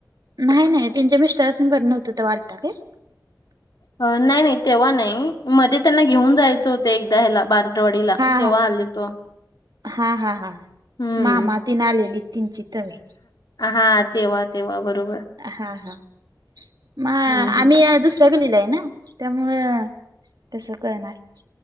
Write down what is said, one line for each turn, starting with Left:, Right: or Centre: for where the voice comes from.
Right: नाही नाही त्यांच्या मिस्टरासन् बरं नव्हतं तव्हा आलता काय?
Left: नाही नाही तेव्हा नाही मध्ये त्यांना घेऊन जायचं होतं एकदा ह्याला बार दौडीला
Right: हा
Left: तेव्हा आलेतो.
Right: हा हा हा हा
Left: हम्म.
Right: मामा तीन आणलेली तिनची चव हे.
Left: हां. तेव्हा, तेव्हा बरोबर.
Right: हा हा. म
Left: हं, हं.
Right: आम्ही दुसऱ्या गल्लीला आहे ना त्यामुळं तस कळनार.